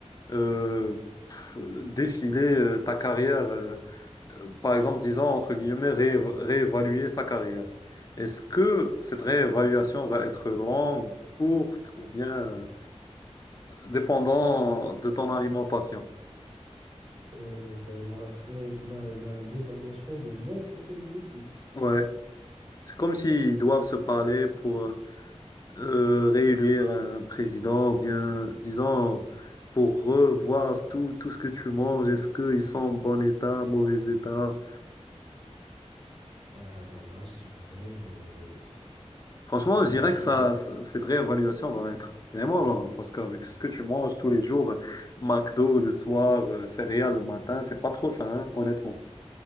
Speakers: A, on the left; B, on the right.
A: euh, p- défiler euh, ta carrière. euh, euh, par exemple, disons, entre guillemets, rééva- réévaluer sa carrière. Est-ce que cette réévaluation va être longue, courte ou bien euh, dépendant de ton alimentation?
B: Euh, bah, la, ré- la- la- l'évaluation de mon système digestif.
A: Ouais. C'est comme s'ils doivent se parler pour euh, euh, réélire un président, ou bien, disons, pour revoir tout, tout ce que tu manges, est-ce qu'ils sont en bon état, mauvais état.
B: Ah, bah, là, je dirais, euh,
A: Franchement,
B: euh,
A: je dirais
B: je
A: que ça,
B: dirais
A: ça- cette réévaluation va être vraiment longue, parce qu'avec ce que tu manges tous les jours, McDo le soir, euh, céréales le matin, c'est pas trop ça, hein, honnêtement.